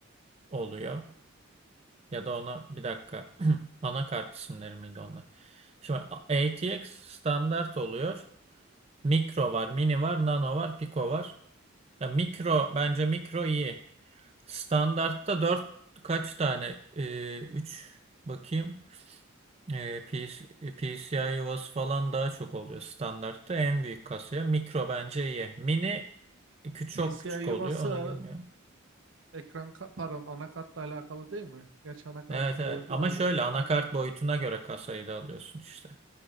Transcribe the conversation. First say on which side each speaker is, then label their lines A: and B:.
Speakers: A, on the right (about 30°); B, on the right (about 70°).
A: oluyor. Ya da ona bir dakika <clears throat> anakart isimleri miydi onlar? Şimdi ATX standart oluyor. Mikro var, mini var, nano var, pico var. Ya mikro bence mikro iyi. Standartta 4 kaç tane? Ee, üç bakayım. Ee, PC, PCI yuvası falan daha çok oluyor standartta en büyük kasaya. Mikro bence iyi. Mini küçük çok
B: PCI
A: küçük
B: yuvası
A: oluyor ona girmiyor.
B: ekran ka- pardon anakartla alakalı değil mi? Gerçi anakartın
A: Evet evet
B: boyutu
A: ama
B: da hani
A: şöyle anakart
B: ha-
A: boyutuna göre kasayı da alıyorsun işte.